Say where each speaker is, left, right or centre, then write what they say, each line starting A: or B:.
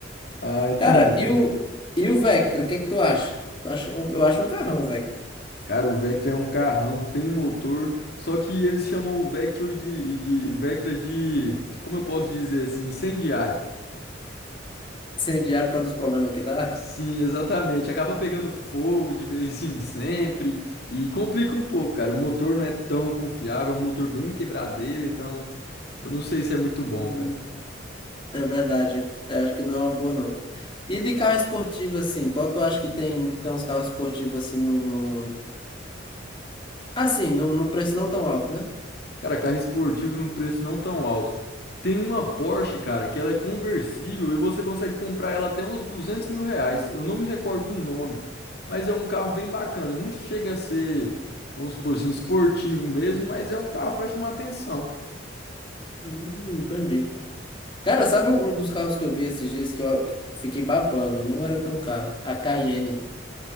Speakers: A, on the left; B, on the left.
A: Ah, <laughs> entendi.
B: Cara, e o, e o Vectra, o que é que tu acha? Tu acha um- eu acho um carrão, o Vectra.
A: Cara, o Vectra é um carrão, tem motor, só que eles chamam o Vector de, de- o Vectra de, como eu posso dizer assim, incendiário.
B: Incendiário por causa dos problemas que dá.
A: Sim, exatamente. Acaba pegando fogo de vez em sempre e complica um pouco, cara. O motor não é tão confiável, é um motor bem quebradeiro, então eu não sei se é muito bom,
B: Uhum.
A: cara.
B: É verdade. Eu acho que não é uma boa, não. E de carro esportivo, assim, qual tu acha que tem, tem uns carros esportivos assim no, no... Assim, no, no preço não tão alto, né?
A: Cara, carro esportivo num preço não tão alto. Tem uma Porsche, cara, que ela é conversível e você consegue comprar ela até uns 200 mil reais. Eu não me recordo o nome, mas é um carro bem bacana. Não chega a ser, vamos supor assim, esportivo mesmo, mas é um carro para chamar atenção.
B: Hum, entendi. Cara, sabe um dos carros que eu vi esses dias que eu fiquei babando e não era tão caro? A Cayenne.